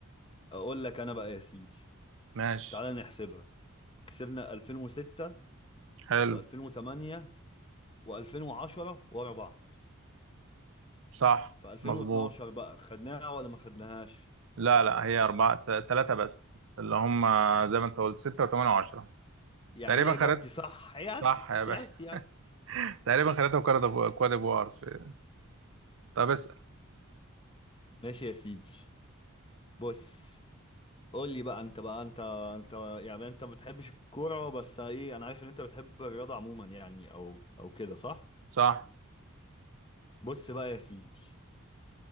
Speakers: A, on the left; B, on the right.
A: اقول لك انا بقى يا سيدي
B: ماشي
A: تعالى نحسبها كسبنا 2006
B: حلو
A: و2008 و2010 ورا بعض
B: صح
A: في 2012
B: مظبوط
A: بقى خدناها ولا ما خدناهاش
B: لا لا هي أربعة ثلاثة بس اللي هم زي ما أنت قلت ستة وثمانية وعشرة
A: يعني
B: تقريبا
A: انا اجابتي
B: خدت
A: صح يس
B: صح يا باشا
A: يس يس
B: <laughs> تقريبا خدتها وكواد كواد ديفوار في- طب اسأل
A: ماشي يا سيدي بص قول لي بقى انت بقى انت انت يعني انت ما بتحبش الكوره بس ايه انا عارف ان انت بتحب الرياضه عموما يعني او او كده صح
B: صح
A: بص بقى يا سيدي